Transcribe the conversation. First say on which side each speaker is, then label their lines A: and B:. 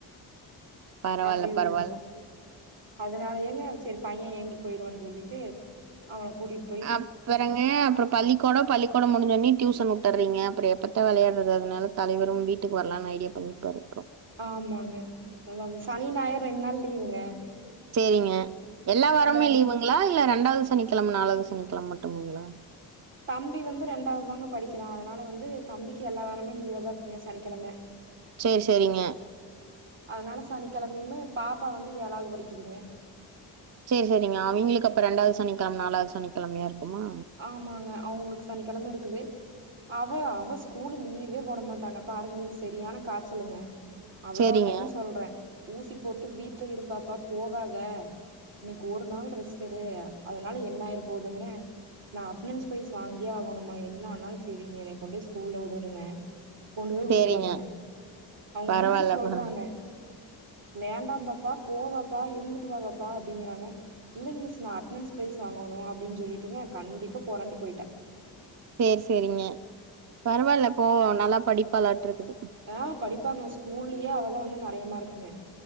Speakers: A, on the right (about 35°); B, on the right (about 75°).
A: பரவால்ல
B: அப்டி
A: பரவால்ல.
B: ஒரு அதனாலயேங்க செரி பைய்ய ஏங்கி போயிருவான்னு சொல்லிட்டு அவன கூட்டிட்
A: அப்புறங்க அப்புற பள்ளிக்கோடோ பள்ளி கோடோ முடிஞ்சோன்னி டியூசன் உட்டுறீங்க அப்பற எப்பத்த வெளையாட்றது அதனால தலைவரும் வீட்டுக்கு வரலானு ஐடியா பன்னிருபாரா இருக்கு
B: ஆமாங்க <unintelligible> சனி ஞாயிறு ரெண்டு நாள் லீவுங்க
A: சேரிங்க எல்லா வாரமே
B: அந்த
A: லீவுங்ளா இல்ல ரெண்டாவது சனிக்கெழம நாலாது சனிக்கிழம மட்டும்ங்ளா
B: தம்பி வந்து ரெண்டாவது தாங்க படிக்கிறா அதனால வந்து தம்பிக்கு எல்லா வாரமே லீவாதா இருக்குங்க சனிக்கெழம
A: சேர் சேரிங்க
B: அதனால சனிக்கெழமைய்மு பாப்பா வந்து ஏழாவ்து படிக்குதுங்க
A: சேர் சேரிங்க அவிங்களுக்கு அப்ப ரெண்டாவ்து சனிக்கெழம நாலாவது சனிக்கெழமையா இருக்குமா
B: ஆமாங்க அவுங்களுக்கு சனிக்கெழம இருக்குது அவ அவ ஸ்கூலு லீவே போட மாட்டாங்க பாருங்க இன்னைக்கு செரியான காச்சலுங்க அவ்ளோ
A: சேரிங்க
B: டைம் சொல்றே ஊசி போட்டு வீட்ல இரு பாப்பா போகாத இன்னைக்கு ஒரு நாள் ரெஸ்டு எடு அதனால என்ன ஆயிர போகுதுங்கற நா அட்டனன்ஸ் ப்ரைஸ் வாங்கியே ஆகணுமா என்ன ஆனாலு செரி நீ எனைய கொண்டு போய் ஸ்கூல்ல உடுனுங்கா கொண்டு போய் உட்டுட்டு
A: சேரிங்க
B: வந்தங்க அவுங்க
A: பரவால்ல
B: டீச்சர் சொல்றாங்க
A: பர
B: வேண்டாம் பாப்பா போ வாப்பா இருந்துட்டு வா வாப்பா அப்டிங்கறாங்க இல்லைங்க மிஸ் நா அட்டனன்ஸ் ப்ரைஸ் வாங்கணு அப்டின்னு சொல்லிட்டுங்க கண்டிப்பா போறேன்ட்டு பொயிட்டா
A: செர் செரிங்க பரவால்ல போ நல்லா படிப்பாளாட்டுருக்குது
B: ஆ படிப்பாங்க ஸ்கூல்லயே அவதா வந்து நெறைய மார்க்குங்க